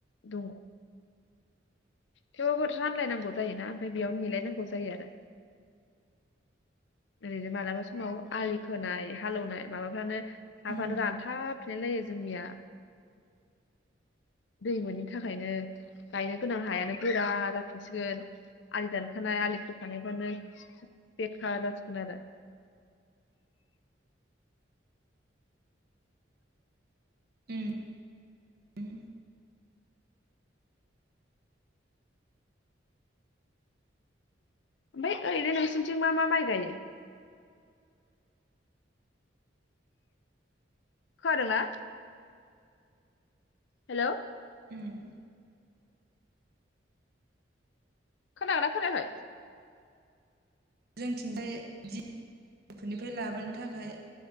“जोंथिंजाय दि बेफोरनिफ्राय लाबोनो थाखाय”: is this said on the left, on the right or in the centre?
Right